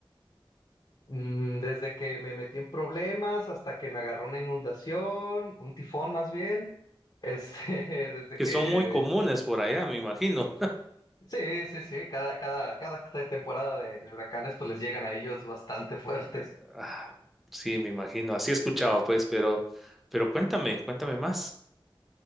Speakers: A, on the left (about 55°); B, in the centre.
A: mm, desde que me metí en problemas hasta que me agarró una inundación, un tifón más bien. Este, <laughs> desde
B: que
A: que
B: son muy comunes por allá, me imagino.
A: Sí, sí, sí, cada, cada, cada temporada de, de huracanes pues les llegan a ellos bastante fuertes.
B: Ah, sí, me imagino. Así he escuchado, pues, pero, pero cuéntame, cuéntame más.